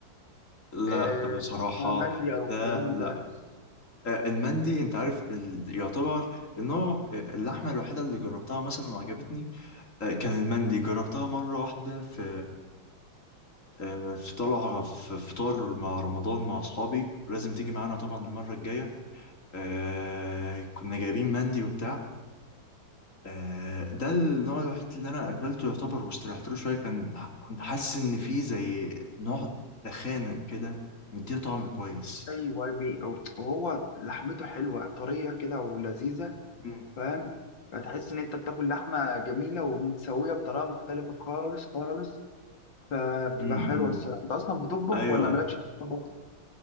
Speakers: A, on the left; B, on the left.
A: لا
B: آه،
A: بصراحه
B: آه، مندي او
A: ده
B: الكلام من
A: لا
B: ده
A: آه، المندي انت عارف ال... يعتبر النوع آه، اللحمه الوحيده اللي جربتها مثلا وعجبتني آه، كان المندي جربتها مره واحده في آه، في طلعه في فطار مع رمضان مع اصحابي لازم تيجي معانا طبعا المره الجايه آه كنا جايبين مندي وبتاع آه ده النوع الوحيد اللي انا اكلته يعتبر واستريحت له شويه كان كنت حاسس ان فيه زي نوع دخانه كده مديه طعم كويس
B: ايوه بي- وهو لحمته حلوه طريه كده ولذيذه
A: مم.
B: فاهم فتحس ان انت بتاكل لحمه جميله ومتسويه بطريقه مختلفه خالص خالص فبتبقى
A: مم.
B: حلوه
A: مم.
B: الصراحه انت اصلا بتطبخ
A: ايوه
B: ولا مالكش في الطبخ